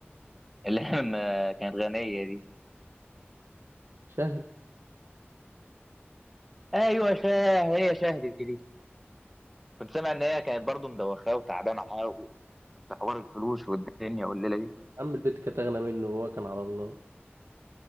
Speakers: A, in the centre; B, on the right.
A: <laughs> اللي هي م- كانت غنيه دي
B: شاهد
A: ايوه شاه هي شاه دي دي كنت سامع ان هي كانت برضه مدوخاه وتعبانه حق في حوار الفلوس والدنيا والليله دي
B: عم البت كانت اغنى منه وهو كان على الله